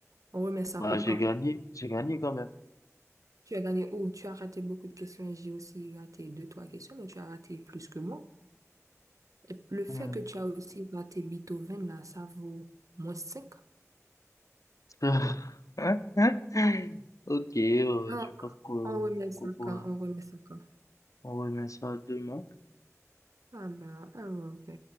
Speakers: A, on the right; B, on the left.
A: On remet ça
B: Bah,
A: pour
B: j'ai
A: quand?
B: gagné, j'ai gagné quand même.
A: Tu as gagné où? Tu as raté beaucoup de questions et j'ai aussi raté deux, trois questions, mais tu as raté plus que moi. Et le fait
B: Hmm.
A: que tu as aussi raté Beethoven, là, ça vaut moins cinq
B: <laughs> Hein, hein? Ok, euh,
A: Donc,
B: je pense qu'on
A: on remet ça
B: qu'on pourra
A: quand? On remet ça quand?
B: On remet ça demain.
A: Ah bah, ah ouais, ok.